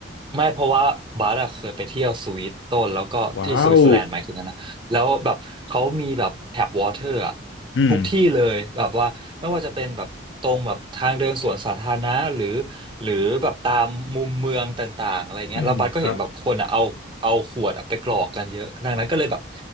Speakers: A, on the right; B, on the left.
A: ไม่เพราะว่าบาร์อะเคยไปเที่ยวสวิตต้นแล้วก็ที่สวิตเซอร์แลนด์หมายถึงนะนะแล้วแบบเขามีแบบแทบวอเตอร์อะ
B: ว้าวอืม
A: ทุกที่เลยแบบว่าไม่ว่าจะเป็นแบบตรงแบบทางเดินสวนสาธารณะหรือหรือแบบตามมุมเมืองต่างๆอะไรเงี้ยแล้วบัสก็เห็นแบบคนอะเอาเอาขวดอะไปกรอกกันเยอะดังนั้นก็เลยแบบ
B: อืมครับ